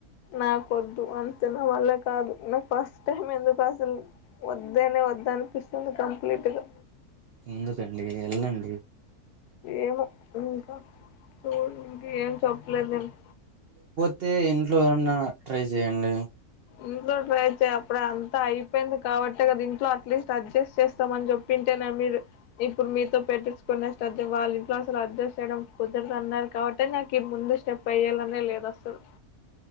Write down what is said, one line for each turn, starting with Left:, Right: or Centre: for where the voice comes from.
Left: నాకు వద్దు అంత నావల్ల కాదు నాకు ఫస్ట్ టైం ఎందుకు అసలు వద్దేనే వద్దు అనిపిస్తుంది కంప్లీట్ గా
Right: ఎందుకండి వెళ్ళండి
Left: ఏమో ఇంకా తోలున్ ఏం తప్పులేదు లేండి
Right: అయితే ఇంట్లో ఎవరన్నా ట్రై చెయ్యండి
Left: ఇంట్లో ట్రై చే అప్పుడే అంతా అయిపోయింది కాబట్టి కదా ఇంట్లో అట్లీస్ట్ అడ్జస్ట్ చేస్తామని చెప్పింటేనా మీరు ఇప్పుడు మీతో పెట్టించుకునే వాళ్ళ ఇంట్లో అసలు అడ్జస్ట్ చేయడం కుదరదు అన్నారు. కాబట్టి నాకు ఈ ముందు స్టెప్ వెయ్యాలని లేదు అస్సలు